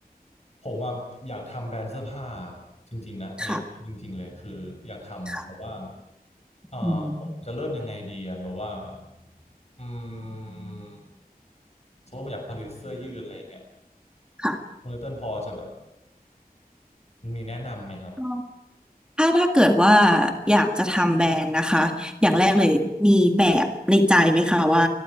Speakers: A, on the left; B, in the centre.
A: ผมอะอยากทำแบรนด์เสื้อผ้าจริงๆนะอันนี้จริงๆเลยคืออยากทำแต่ว่า
B: ค่ะค่ะ
A: เอ่อผมจะเริ่มยังไงดีอะแบบว่า
B: อืม
A: อืมสมมติว่าผมอยากผลิตเสื้อยืดอะไรอย่างเงี้ย
B: ค่ะ
A: คุณเลเติ้ลพอจะแบบมีแนะนำไหมครับ
B: ถ้าถ้าเกิดว่าอยากจะทำแบรนด์นะคะอย่างแรกเลยมีแบบในใจไหมคะว่า
A: ครับ